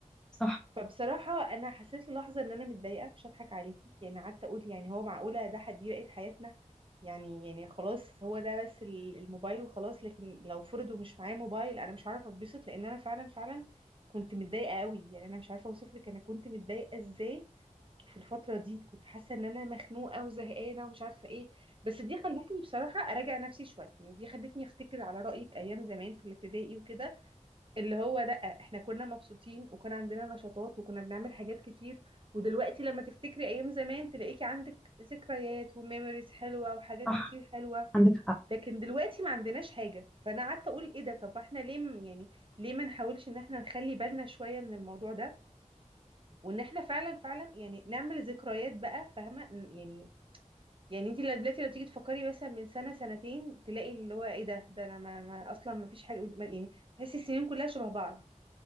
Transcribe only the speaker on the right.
فبصراحه انا حسيت للحظه ان انا متضايقه مش هضحك عليكي يعني قعدت اقول يعني هو معقوله ده حد دي بقت حياتنا يعني يعني خلاص هو ده بس ال- الموبايل وخلاص لكن لو فرض ومش معايا موبايل انا مش هعرف اتبسط لان انا فعلا فعلا كنت متضايقة قوي يعني انا مش عارفة اوصف لك انا كنت متضايقة ازاي في الفترة دي كنت حاسة ان انا مخنوقة وزهقانة ومش عارفة ايه بس دي خلتني بصراحة اراجع نفسي شوية يعني دي خلتني افتكر على رأيك ايام زمان في الابتدائي وكده اللي هو لا احنا كنا مبسوطين وكان عندنا نشاطات وكنا بنعمل حاجات كتير ودلوقتي لما تفتكري ايام زمان تلاقيكي عندك ذكريات وميموريز حلوة وحاجات
كتير حلوة
لكن دلوقتي ما عندناش حاجة فانا قعدت اقول ايه ده طب احنا ليه م- يعني ليه ما نحاولش ان احنا نخلي بالنا شوية من الموضوع ده وان احنا فعلا فعلا يعني نعمل ذكريات بقى فاهمة ن- يعني يعني انت دلوقتي لو تيجي تفكري مثلا من سنة سنتين تلاقي اللي هو ايه ده ده انا ما, ما اصلا ما فيش حاجة ما- يعني تحسي السنين كلها شبه بعض